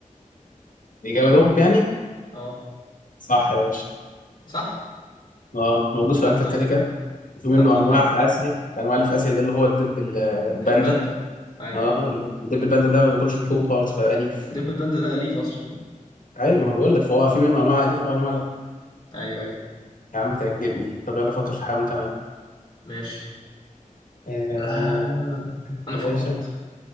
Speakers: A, on the left (about 70°); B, on the left (about 35°).
A: الاجابه دول يعني
B: اه
A: صح يا باشا
B: صح
A: اه موجود
B: الحمد
A: في انتاركتيكا
B: لله
A: وفي
B: الحمد
A: منه انواع
B: لله
A: في اسيا الانواع اللي في اسيا دي اللي هو الدب ال- الباندا
B: الباندا أيوة
A: اه اللي هو الدب الباندا ده ما بياكلش لحوم خالص فأليف
B: الدب الباندا ده أليف أصلا
A: ايوه ما بقول لك فهو في منه انواع اليفه وانواع لا
B: أيوة أيوة
A: يا عم تعجبني طب يلا فكر في حيوان كمان
B: ماشي
A: آه
B: آه أنا
A: يا
B: فكرت
A: باشا